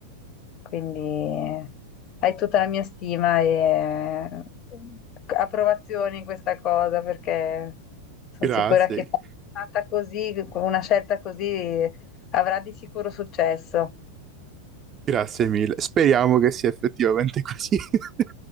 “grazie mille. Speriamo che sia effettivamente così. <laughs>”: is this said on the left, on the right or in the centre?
Right